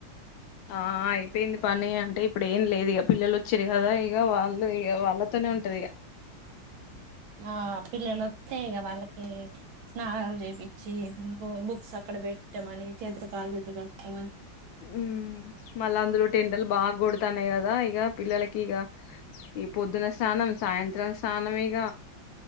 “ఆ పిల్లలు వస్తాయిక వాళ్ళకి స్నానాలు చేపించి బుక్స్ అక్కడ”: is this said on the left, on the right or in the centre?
Right